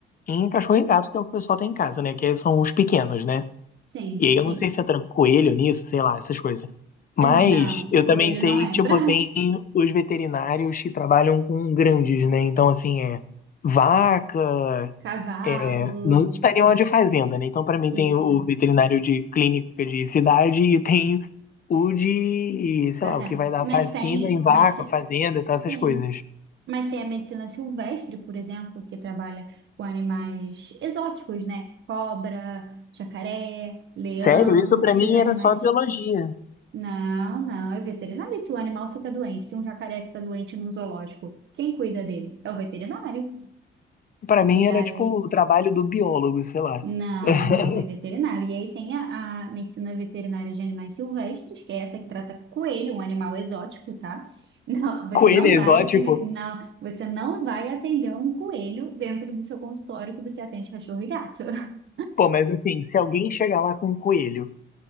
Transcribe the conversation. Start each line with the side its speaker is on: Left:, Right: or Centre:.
Left: em cachorro-gato, e gato, que é o que o pessoal tem em casa, né, que são os pequenos, né?
Right: Sim,
Left: E aí
Right: sim.
Left: eu não sei
Right: <laughs>
Left: se entra coelho nisso, sei lá, essas coisas. Mas
Right: É, não,
Left: eu
Right: coelho
Left: também sei,
Right: não entra.
Left: tipo, tem os veterinários que trabalham com grandes, né? Então, assim, é vaca,
Right: <laughs> Cavalo,
Left: é, não tá animal de fazenda, né? Então, pra mim,
Right: isso.
Left: tem o veterinário de clínica de cidade e tem o de, sei
Right: Fazendo.
Left: lá, o que vai dar
Right: Mas
Left: vacina
Right: tem,
Left: em vaca,
Right: mas tem,
Left: fazenda, tá, essas
Right: sim
Left: coisas.
Right: Mas tem a medicina silvestre, por exemplo, que trabalha com animais exóticos, né? Cobra, jacaré, leão,
Left: Sério, isso pra
Right: esses
Left: mim
Right: animais.
Left: era só biologia.
Right: Não, não, é veterinário. E se o animal fica doente, se um jacaré fica doente num zoológico, quem cuida dele? É o veterinário.
Left: Pra mim
Right: E
Left: era,
Right: aí
Left: tipo, o trabalho do biólogo, sei lá.
Right: Não,
Left: <laughs>
Right: não, é veterinário. E aí tem a, a medicina veterinária de animais silvestres, que é essa que trata coelho, um animal exótico, tá? <laughs> Não, você
Left: Coelho
Right: não
Left: exótico,
Right: vai, <laughs> não, você não vai atender um coelho dentro do seu consultório que você atende cachorro e gato. <laughs>
Left: Pô, mas assim, se alguém chegar lá com um coelho,